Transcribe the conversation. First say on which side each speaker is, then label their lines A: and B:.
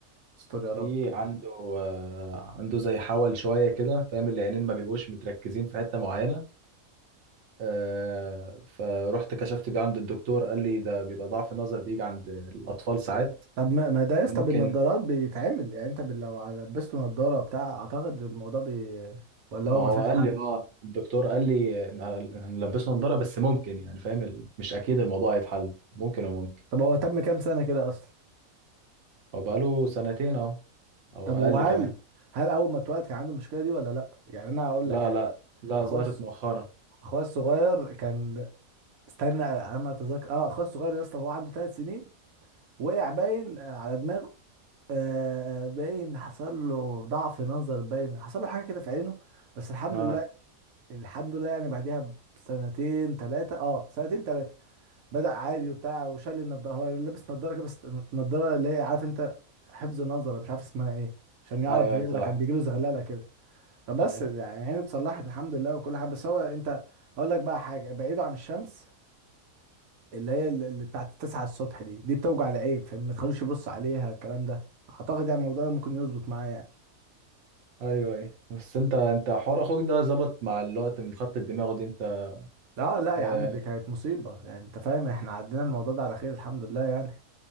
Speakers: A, on the right (about 80°); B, on the right (about 60°).
A: استر يا
B: في
A: رب
B: عنده آه، عنده زي حول شويه كده فاهم العينين ما بيبقوش متركزين في حته معينه آه، فرحت كشفت بيه عند الدكتور قال لي ده بيبقى ضعف نظر بيجي عند الاطفال ساعات
A: طب ما ما ده يا اسطى
B: ممكن
A: بالنضارات بيتعمل يعني انت بال- لو لبسته نضاره بتاع اعتقد الموضوع بي ولا
B: ما
A: هو ما
B: هو
A: فيهاش
B: قال
A: حل
B: لي اه الدكتور قال لي إن- هنلبسه نضاره بس ممكن يعني فاهم ال- مش اكيد الموضوع هيتحل ممكن وممكن
A: طب هو تم كام سنه كده اصلا
B: هو بقاله سنتين اهو او
A: طب
B: اقل
A: وهل
B: كمان
A: هل اول ما اتولد كان عنده المشكله دي ولا لا يعني انا هقول
B: لا
A: لك حاجه
B: لا لا
A: اخويا
B: ظهرت
A: الص-
B: مؤخرا
A: اخويا الصغير كان استنى على ما اتذكر اه اخويا الصغير يا اسطى هو عنده ثلاث سنين وقع باين آه، على دماغه آه باين حصل له ضعف نظر باين حصل له حاجه كده في عينه بس الحمد
B: اه
A: لله الحمد لله يعني بعديها بسنتين ثلاثه اه سنتين ثلاثه بدأ عادي وبتاع وشال النضاره هو لابس نضاره كده بس النضاره اللي هي عارف انت حفظ نظر مش عارف اسمها ايه عشان يعرف
B: ايوه
A: يقرا
B: أيوه، صح
A: كان بيجيله زغلله كده فبس
B: ايوه
A: يعني عينه اتصلحت الحمد لله وكل حاجه بس هو انت هقول لك بقى حاجه بعيده عن الشمس اللي هي ال- اللي بتاعت التسعة الصبح دي دي بتوجع العين فما تخلوش يبص عليها الكلام ده اعتقد يعني الموضوع ده ممكن يظبط معاه يعني
B: ايوه ايوه بس انت انت حوار اخوك ده ظبط مع الوقت من خط الدماغ دي انت
A: لا لا
B: آه
A: يا عم دي كانت مصيبة يعني انت فاهم احنا عدينا الموضوع ده على خير الحمد لله يعني